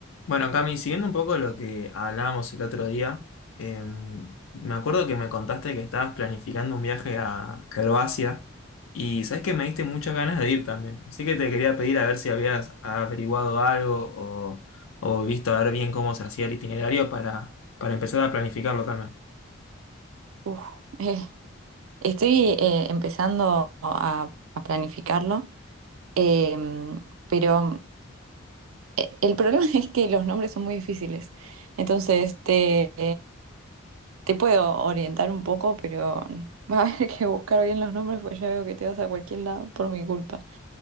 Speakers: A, on the left; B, on the right.
A: Bueno, Cami, siguiendo un poco lo que hablábamos el otro día, eh, me acuerdo que me contaste que estabas planificando un viaje a Croacia y sabes que me diste muchas ganas de ir también. Así que te quería pedir a ver si habías averiguado algo o, o visto a ver bien cómo se hacía el itinerario para, para empezar a planificarlo también.
B: Uf, eh, estoy eh, empezando a, a planificarlo, em, pero eh, el problema <laughs> es que los nombres son muy difíciles. Entonces, te, te puedo orientar un poco, pero va a <laughs> haber que buscar bien los nombres, porque ya veo que te vas a cualquier lado por mi culpa.